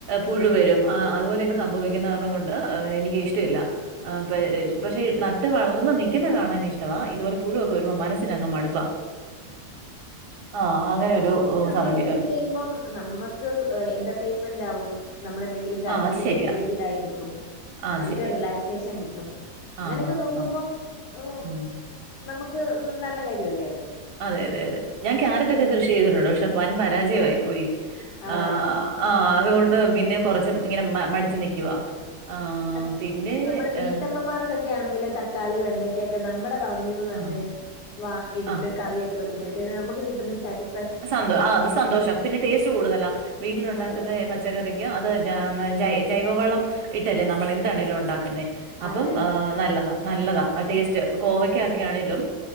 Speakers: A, on the right; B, on the left.
A: പുഴു വരും ആ അതുപോലെയൊക്കെ സംഭവിക്കുന്ന കാരണം കൊണ്ട് എനിക്ക് ഇഷ്ടഇല്ല. ആ പരെ പക്ഷെ നട്ട് വളർന്ന് നിക്കുന്ന കാണാൻ ഇഷ്ടവാ ഇതുപോലെ പുഴുവൊക്കെ വരുമ്പോ മനസ്സിനങ്ങ് മടുപ്പാ. ആഹ് അങ്ങനൊരു
B: മ്മള്
A: സംഭി
B: കൃഷി ചെയ്യുമ്പോ നമ്മക്ക് എന്റർടൈൻമെന്റാവും നമ്മളെന്തെങ്കിലും കാര്യത്തിൽ
A: ആഹ് അത് ശരിയാ
B: എൻഗേജ്ഡായിനിക്കും.
A: ആഹ് അത്
B: നമുക്ക്
A: ശരിയാ
B: റിലാക്സേഷൻ കിട്ടും. അങ്ങനൊക്കെ
A: ആഹ് ആഹ്
B: നോക്കുമ്പം
A: ആഹ്
B: ഏഹ്
A: ഉം
B: നമുക്ക് നല്ല കാര്യ അല്ലേ അത്.
A: അതെ, അതെ, അതെ ഞാൻ ക്യാരറ്റൊക്കെ കൃഷി ചെയ്തിട്ടുണ്ട് പക്ഷെ വൻ പരാജയവായി പോയി.
B: ആണോ
A: ആ. ആ അതുകൊണ്ട് പിന്നെ കൊറച്ചും ഇങ്ങനെ മ, മടിച്ച് നിക്കുവാ. ആഹ്
B: അ
A: പിന്നെ
B: നമ്മുടെ വീട്ടമ്മമാർക്കൊ
A: ഏഹ്
B: ക്കെ ആണെങ്കില് തക്കാളി വെണ്ടക്കൊക്കെ നമ്മടെ പറമ്പിന്ന് തന്നെ
A: ആഹ്
B: വ എടുത്ത്
A: ആഹ്
B: കറിവെ ക്ക്‌ വെക്കുമ്പഴത്തേന് നമുക്ക് കിട്ടുന്നൊരു സാറ്റിസ്
A: സന്തോ ആ അത് സന്തോഷം പിന്നെ ടേസ്റ്റ് കൂടുതലാ വീട്ടിലുണ്ടാക്കുന്ന
B: അതെ
A: പച്ചക്കറിക്ക്‌ അത് ജാ, ജൈ, ജൈവവളം ഇട്ടല്ലേ നമ്മൾ എന്താണെലും ഒണ്ടാക്കുന്നേ. അപ്പം
B: അതെ അതെ
A: ആ നല്ലതാ. നല്ലതാ ആ ടേസ്റ്റ് കോവയ്ക്കക്കിയ ആണെലും